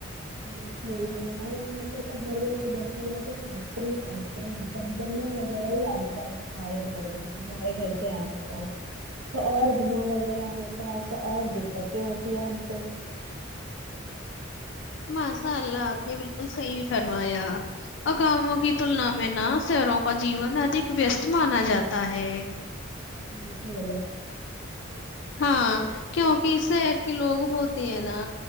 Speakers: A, on the right; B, on the left.
A: بالک ہمارے یہاں پ تو ہر جگہ دیکھا جائے تو فیکٹری فیکٹری کمپنیاں وغیرہ ہی آجو بازو ہمارے گھر میں ہمارے گھر کے آس پاس تو اور دھیااں وغیرہ ہوتا ہے تو اور دقتیں ہوتی ہے ہم کو
B: ماشاء اللہ آپ نے بالکل صحیح فرمایا اقاموں کی تلنا میں نہ شہروں کا جیون ادک ویست مانا جاتا ہے
A: ج ج پ ل
B: ہاں کیونکہ شہر کے لوگ ہوتے ہیں نا